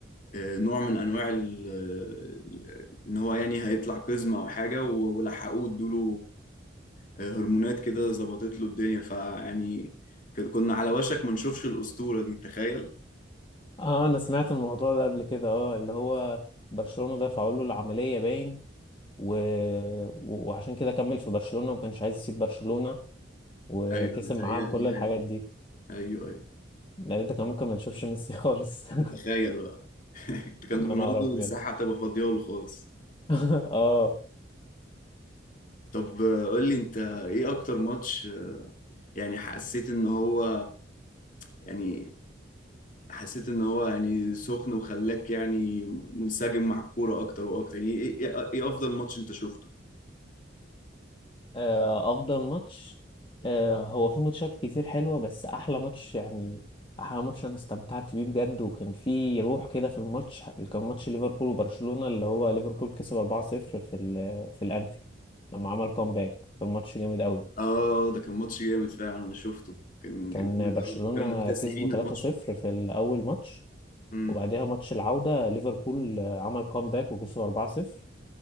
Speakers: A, on the left; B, on the left.
A: آه، نوع من انواع ال- ال- ان هو يعني هيطلع قزمة او حاجة و- ولحقوه ادوله آه، هرمونات كده ظبطت له الدنيا فيعني كنا على وشك ما نشوفش الأسطورة دي تخيل
B: اه انا سمعت الموضوع ده قبل كده اه اللي هو برشلونة دفعوا له العملية باين و... و- وعشان كده كمل في برشلونة وما كانش عايز يسيب برشلونة وكسب
A: ايوه بتهيألي
B: معاهم كل الحاجات
A: حاجة كده
B: دي
A: ايوه ايوه
B: ده ده كان ممكن ما نشوفش ميسي خالص <laughs>
A: تخيل بقى <laughs> ده كان
B: يا
A: رونالدو
B: نهار ابيض
A: الساحة هتبقى فاضية له خالص
B: <laughs> اه
A: طب آه، قول لي انت ايه اكتر ماتش آه، يعني حسيت ان هو يعني حسيت ان هو يعني سخن وخلاك يعني منسجم مع الكورة اكتر واكتر يعني ايه ايه إيه افضل ماتش انت شفته
B: آه، افضل ماتش آه، هو في ماتشات كتير حلوه بس احلى ماتش يعني احلى ماتش انا استمتعت بيه بجد وكان في روح كده في الماتش كان ماتش ليفربول وبرشلونه اللي هو ليفربول كسب 4-0 في ال في الانفيلد لما عمل كومباك كان ماتش جامد قوي
A: اه ده كان ماتش جامد فعلا انا شفته كان
B: كان
A: كان جامد
B: برشلونه
A: قوي كانوا مكتسحين
B: كسبوا 3-0
A: الماتش
B: في الاول ماتش
A: امم
B: وبعدها ماتش العوده ليفربول آه، عمل كومباك وكسبوا 4-0